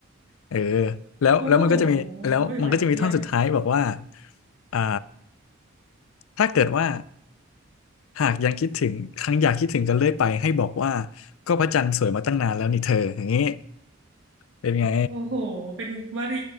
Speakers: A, on the left; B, on the right.
A: เออแล้วแล้วมันก็จะมีแล้วมันก็จะมีท่อนสุดท้ายบอกว่า
B: โอ้โหหวานเจี๊ยบ
A: อ่าถ้าเกิดว่าหากยังคิดถึงครั้งอยากคิดถึงกันเรื่อยไปให้บอกว่าก็พระจันทร์สวยมาตั้งนานแล้วนี่เธออย่างนี้เป็นไง
B: โอ้โหเป็นวลี